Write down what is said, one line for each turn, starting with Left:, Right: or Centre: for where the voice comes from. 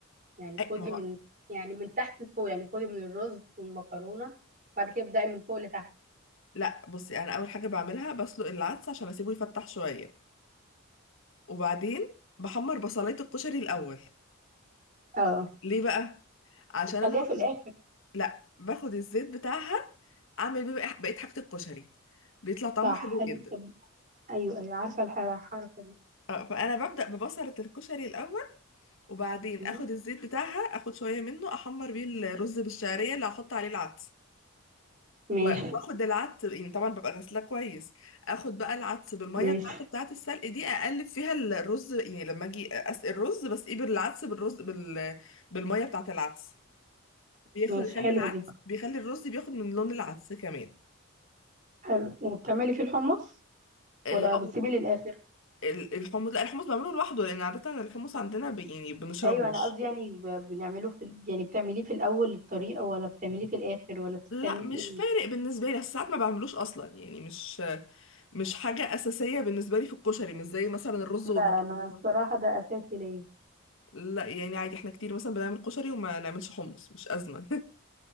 Right: يعني
Left: أي
Right: خدي
Left: ما هو
Right: من يعني من تحت لفوق يعني خدي من الرز والمكرونه بعد كده ابدأي من فوق لتحت
Left: لا بصي انا اول حاجه بعملها بسلق العدس عشان اسيبه يفتح شويه وبعدين بحمر بصلايه الكشري الاول
Right: اه
Left: ليه بقى عشان
Right: وتخليها
Left: انا باخد
Right: في الاخر
Left: لا باخد الزيت بتاعها اعمل بيه بقى- بقيه حاجه الكشري بيطلع طعمه
Right: صح
Left: حلو
Right: حلو
Left: جدا
Right: طب ايوه ايوه عارفه الح- الحركه
Left: آه، فانا ببدا ببصله الكشري الاول وبعدين
Right: دي
Left: اخد الزيت بتاعها اخد شويه منه احمر بيه الرز بالشعريه اللي هحط عليه العدس
Right: ماشي
Left: و- واخد العدس يعني طبعا ببقى غسلاه كويس اخد بقى العدس بالميه
Right: ماشي
Left: بتاعته بتاعه السلق دي اقلب فيها الرز يعني لما اجي اسقي الرز بس ايه بالعدس بالرز بال... بالميه بتاعه العدس بياخد
Right: ماشي
Left: يخلي
Right: حلوة
Left: العدس
Right: دي
Left: بيخلي الرز بياخد من لون العدس كمان
Right: حلو وبتعملي فيه الحمص
Left: آه،
Right: ولا
Left: أو
Right: بتسيبيه للآخر
Left: ال- الحمص لا الحمص بعمله لوحده لان عاده الحمص عندنا ب... يعني بنشربه
Right: أيوة
Left: مش
Right: أنا قصدي يعني ب- بنعمله في ال- يعني بتعمليه في الأول الطريقة ولا بتعمليه في الآخر ولا بتستنيه
Left: لا مش
Right: لإيه
Left: فارق بالنسبه لي بس ساعات ما بعملوش اصلا يعني مش مش حاجه اساسيه بالنسبه لي في الكشري مش زي مثلا الرز
Right: لا
Left: والمكرونه
Right: أنا الصراحة ده أساسي ليا
Left: لا يعني عادي احنا كتير مثلا بنعمل كشري وما نعملش حمص مش أزمة